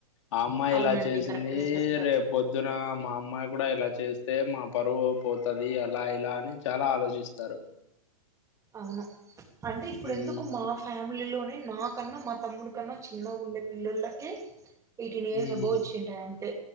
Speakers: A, on the left; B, on the right.
A: ఆ అమ్మాయి
B: అవునండి
A: ఇలా చేసింది
B: కరెక్ట్ గా చెప్పారు
A: రేప్ పొద్దున మా అమ్మాయి కూడా ఇలా చేస్తే మా పరువు పోతది అలా ఇలా అని చాలా ఆలోచిస్తారు
B: అవును అంటే ఇప్పుడు
A: ఉమ్
B: ఎందుకు మాఫ్ ఫ్యామిలీలోనే నాకన్నా మా తమ్ముడి కన్నా చిన్నగా ఉండే పిల్లలకే ఎయిటీన్ ఇయర్
A: ఉమ్
B: ఏబో వచ్చింటాయ్ అంతే